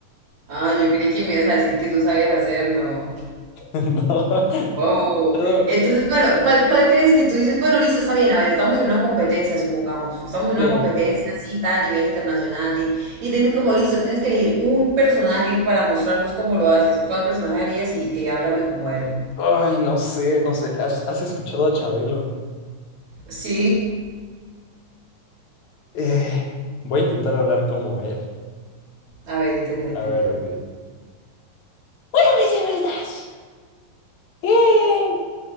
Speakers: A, on the right; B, on the left.
A: Ah, yo creí que me ibas a decir que tú sabías hacerlo.
B: <laughs> ¿No?
A: Oh,
B: Todo-
A: entonces, bueno, ¿cuál, cuál crees que tú dices? Bueno, listo, está bien, a ver, estamos en una competencia, supongamos, estamos en
B: sí.
A: una competencia así, tan a nivel internacional, ti- y te dicen como, listo, tienes que elegir un personaje para mostrarnos cómo lo haces, ¿cuál personaje harías y, eh, háblame como él?
B: Ay, no sé, no sé. ¿Has, has escuchado a Chabelo?
A: Sí,
B: Eh, voy a intentar hablar como él.
A: a ver, intenta, intenta.
B: A ver, Adriel. <laughs> Bueno, pues, señoritas. Eh,